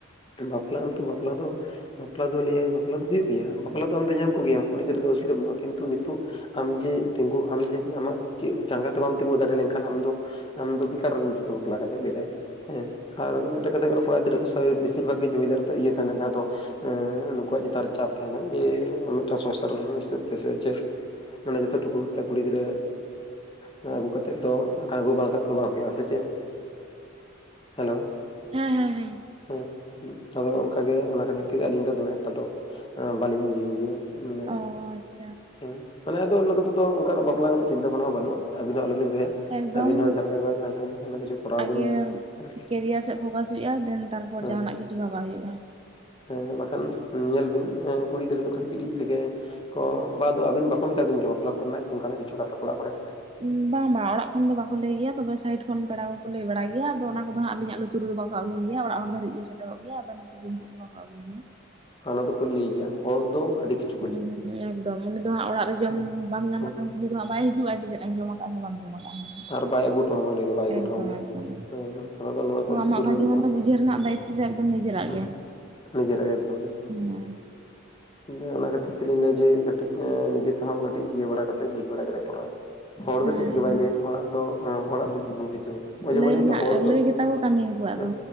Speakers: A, on the left; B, on the right.
A: ᱵᱟᱯᱞᱟ ᱟᱢ ᱛᱚ ᱵᱟᱯᱞᱟ ᱫᱚ ᱵᱟᱯᱞᱟ ᱫᱚ ᱞᱟᱹᱭ ᱟ ᱵᱟᱯᱞᱟ ᱫᱚ ᱦᱩᱭᱩᱜ ᱜᱮᱭᱟ ᱵᱟᱯᱞᱟ ᱫᱚ ᱟᱢᱫᱚ ᱧᱟᱢ ᱠᱚᱜᱮᱭᱟ ᱠᱩᱲᱤ ᱜᱤᱫᱽᱟᱹ ᱫᱚ ᱚᱥᱩᱵᱤᱫᱟ ᱵᱟᱹᱱᱩᱜ-ᱟ ᱠᱤᱱᱛᱩ ᱱᱤᱛᱩᱜ ᱟᱢ ᱡᱮ ᱛᱤᱸᱜᱩ ᱟᱢ ᱡᱮ ᱟᱢᱟᱜ ᱪᱮᱫ ᱡᱟᱸᱜᱟ ᱛᱮ ᱵᱟᱢ ᱛᱤᱸᱜᱩ ᱫᱟᱲᱮ ᱞᱮᱱᱠᱷᱟᱱ ᱟᱢ ᱫᱚ ᱟᱢ ᱫᱚ ᱵᱮᱠᱟᱨ ᱵᱟᱯᱞᱟ ᱠᱟᱛᱮᱫ ᱞᱟᱹᱭ ᱫᱟᱭ ᱦᱮ ᱟᱨ ᱢᱤᱫᱴᱟᱹᱜ ᱠᱟᱛᱷᱟ ᱦᱩᱭᱩᱜ ᱠᱟᱱᱟ ᱠᱚᱲᱟ ᱜᱤᱫᱽᱨᱟᱹ ᱫᱚ ᱵᱮᱥᱤᱨ ᱵᱷᱟᱜ ᱜᱮ ᱡᱚᱢᱢᱤᱫᱟᱨ ᱤᱭᱟᱹ ᱛᱟᱦᱮᱱᱟ ᱡᱟᱦᱟᱸ ᱫᱚ ᱮᱸᱻ ᱱᱩᱠᱩᱣᱟᱜ ᱪᱮᱛᱟᱱ ᱨᱮ ᱪᱟᱯ ᱛᱟᱦᱮᱱᱟ ᱡᱮ ᱢᱤᱫᱴᱟᱱ ᱥᱚᱝᱥᱟᱨ ᱦᱤᱥᱟᱹᱵ ᱛᱮᱥᱮ ᱪᱮᱫ ᱢᱟᱱᱮ ᱡᱚᱛᱚ ᱴᱩᱠᱩ ᱢᱤᱫᱴᱟᱹᱜ ᱠᱩᱲᱤ ᱜᱤᱫᱽᱨᱟᱹ ᱮᱸ ᱟᱹᱜᱩ ᱠᱟᱛᱮᱫ ᱫᱚ ᱮᱠᱷᱟᱱ ᱟᱹᱜᱩ ᱵᱟᱝ ᱠᱟᱛᱮ ᱫᱚ ᱵᱟᱝ ᱦᱩᱭᱩᱜ-ᱟ ᱥᱮ ᱪᱮᱫ ᱦᱮᱞᱳ
B: ᱦᱮᱸ- ᱦᱮᱸ- ᱦᱮᱸ
A: ᱦᱩᱸ ᱟᱫᱚ ᱚᱱᱠᱟ ᱜᱮ ᱚᱱᱟ ᱠᱷᱟᱹᱛᱤᱨ ᱛᱮᱜᱮ ᱟᱞᱤᱧ ᱫᱚ ᱫᱚᱢᱮ ᱮᱠᱴᱟ ᱫᱚ ᱵᱟᱹᱞᱤᱧ ᱤᱭᱟᱹ ᱜᱮᱭᱟ ᱢᱟᱱᱮ
B: ᱚᱻ ᱟᱪᱪᱷᱟ
A: ᱦᱮᱸ ᱢᱟᱱᱮ ᱟᱫᱚ ᱱᱚᱛᱮ ᱫᱚ ᱚᱱᱠᱟᱱᱟᱜ ᱵᱟᱯᱞᱟ ᱨᱮᱱᱟᱜ ᱪᱤᱱᱛᱟᱹ ᱵᱷᱟᱱᱟ ᱵᱟᱹᱱᱩᱜ-ᱟ ᱟᱵᱤᱱ ᱦᱚᱸ ᱟᱞᱚᱵᱤᱱ ᱫᱚᱦᱚᱭᱟ
B: ᱮᱜᱫᱚᱻᱢ,
A: ᱟᱹᱵᱤᱱ ᱦᱚᱸ ᱡᱟᱦᱟᱸ ᱞᱮᱠᱟ ᱡᱟᱦᱟᱱᱟᱜ ᱠᱤᱪᱷᱩ ᱠᱚᱨᱟᱣ
B: ᱟᱜᱮ
A: ᱵᱤᱱ ᱦᱮᱸ
B: ᱠᱮᱨᱤᱭᱟᱨ ᱥᱮᱫ ᱯᱷᱚᱠᱟᱥ ᱦᱩᱭᱩᱜ-ᱟ ᱫᱮᱱ ᱛᱟᱨᱯᱚᱨ
A: ᱦᱮᱸ
B: ᱡᱟᱦᱟᱱᱟᱜ ᱜᱮ ᱠᱤᱪᱷᱩ ᱵᱟᱵᱟᱭ ᱦᱩᱭᱩᱜ-ᱟ
A: ᱦᱮᱸ ᱵᱟᱠᱷᱟᱱ ᱧᱮᱞ ᱵᱤᱱ ᱠᱩᱲᱤ ᱜᱤᱫᱽᱨᱟᱹ ᱫᱚ ᱠᱟᱹᱴᱤᱡ - ᱠᱟᱹᱴᱤᱡ ᱛᱮᱜᱮ ᱠᱚᱻ ᱵᱟ ᱫᱚ ᱟᱹᱵᱤᱱ ᱵᱟᱠᱚ ᱢᱮᱛᱟ ᱵᱤᱱ ᱜᱮᱭᱟ ᱵᱟᱯᱞᱟ ᱠᱚᱨᱮᱱᱟᱜ ᱚᱱᱠᱟᱱᱟᱜ ᱠᱤᱪᱷᱩ ᱠᱟᱛᱷᱟ ᱠᱚ ᱚᱲᱟᱜ ᱠᱚᱨᱮ
B: ᱩᱸ ᱵᱟᱝ - ᱵᱟᱝ ᱚᱲᱟᱜ ᱠᱷᱚᱱ ᱫᱚ ᱵᱟᱠᱚ ᱞᱟᱹᱭ ᱜᱮᱭᱟ ᱛᱚᱵᱮ ᱥᱟᱭᱤᱴ ᱠᱷᱚᱱ ᱯᱮᱲᱟ ᱠᱚᱠᱚ ᱞᱟᱹᱭ ᱵᱟᱲᱟᱭ ᱜᱮᱭᱟ ᱟᱫᱚ ᱚᱱᱟ ᱠᱚᱫᱚ ᱦᱟᱸᱜ ᱟᱹᱞᱤᱧᱟᱜ ᱞᱩᱛ- ᱛᱩ ᱨᱮᱫᱚ ᱵᱟᱠᱚ ᱟᱹᱜᱩᱭ ᱜᱮᱭᱟ ᱚᱲᱟᱜ ᱦᱚᱲ ᱫᱷᱟᱹᱨᱤᱡ ᱜᱮ ᱥᱮᱴᱮᱨᱚᱜ ᱜᱮᱭᱟᱫᱚ ᱱᱚᱛᱮ ᱫᱚ ᱤᱧ ᱥᱮᱫ ᱫᱚ ᱵᱟᱠᱚ ᱟᱹᱜᱩᱭ ᱜᱮᱭᱟ
A: ᱚᱱᱟ ᱫᱚᱠᱚ ᱞᱟᱹᱭ ᱜᱮᱭᱟ ᱦᱚᱲ ᱫᱚ ᱟᱹᱰᱤ ᱠᱤᱠ-
B: ᱦᱩᱸ- ᱦᱩᱸ- ᱦᱩᱸ ᱮᱠᱫᱚᱢ ᱩᱱᱤ ᱫᱚ ᱦᱟᱸᱜ ᱚᱲᱟᱜ ᱨᱮ ᱡᱚᱢ
A: ᱦᱮᱸ
B: ᱵᱟᱢ ᱧᱟᱢ
A: ᱦᱮᱸ
B: ᱞᱮᱠᱷᱟᱱ ᱠᱩᱞᱤ ᱫᱚ ᱦᱟᱸᱜ ᱵᱟᱭ ᱦᱤᱡᱩᱜ-ᱟ ᱡᱮ ᱪᱮᱫᱼ ᱮᱢ ᱡᱚᱢ ᱟ ᱠᱟᱜ ᱥᱮ ᱵᱟᱢ ᱡᱚᱢᱠᱟᱜ ᱢᱮᱱᱛᱮ
A: ᱟᱨ ᱵᱟᱭ ᱟᱹᱜᱩ ᱦᱚᱴᱚᱣᱟᱢᱟ ᱩᱱᱤ ᱫᱚ ᱵᱟᱭ ᱟᱹᱜᱩ
B: ᱮᱠᱫᱚᱢ
A: ᱦᱚᱴᱚᱣᱟᱢᱟ
B: - ᱮᱠᱫᱚᱢ
A: ᱦᱮᱸ ᱠᱟᱛᱷᱟ ᱫᱚ ᱱᱚᱣᱟ
B: ᱛᱚ
A: ᱠᱚ ᱞᱩᱛᱩᱨ
B: ᱟᱢᱟᱜ ᱵᱷᱟᱜᱤ
A: ᱨᱮᱢ
B: ᱢᱚᱱᱫᱚ
A: ᱡᱚ
B: ᱵᱩᱡᱷᱟᱹᱣ ᱨᱮᱱᱟᱜ ᱫᱟᱭᱤᱛᱛᱚ ᱫᱚ ᱮᱠᱫᱚᱢ ᱱᱤᱡᱮᱨᱟᱜ
A: ᱦᱩᱸ
B: ᱜᱮ
A: ᱱᱤᱡᱮᱨᱟᱜ ᱮᱠᱫᱚᱢ - ᱮᱠᱫᱚᱢ
B: ᱦᱮᱸ
A: ᱚᱱᱮ ᱚᱱᱟ ᱠᱷᱟᱹᱛᱤᱨ ᱛᱮᱞᱤᱧ ᱞᱟᱹᱭᱟ ᱡᱮ ᱠᱟᱹᱴᱤᱡ ᱮᱸ ᱱᱤᱡᱮ ᱛᱮᱦᱚᱸ ᱠᱟᱹᱴᱤᱡ ᱤᱭᱟᱹ ᱵᱟᱲᱟ ᱠᱟᱛᱮ ᱵᱩᱡ ᱵᱟᱲᱟ ᱠᱟ ᱠᱟᱛᱮᱫ ᱠᱚᱨᱟᱣ ᱦᱚᱲ
B: ᱦᱮᱸ
A: ᱫᱚ ᱪᱮᱫ ᱜᱮ ᱵᱟᱭ ᱞᱟᱹᱭ ᱟ ᱦᱚᱲᱟᱜ ᱫᱚ ᱦᱚᱲᱟᱜ ᱫᱚ ᱡᱤᱵᱚ ᱠᱤᱪᱷᱩ ᱱᱚᱜᱼᱚᱭ ᱡᱮ
B: ᱞᱟᱹᱭ
A: ᱵᱟᱹᱞᱤᱧ
B: ᱨᱮᱱᱟᱜ
A: ᱞᱟᱹᱭᱫᱟ ᱦᱚᱲ ᱫᱚ
B: ᱞᱟᱹᱭ ᱜᱮᱛᱟ ᱠᱚ ᱠᱟᱹᱢᱤ ᱩᱱᱠᱩᱣᱟᱜ
A: ᱦᱮᱸ
B: ᱫᱚ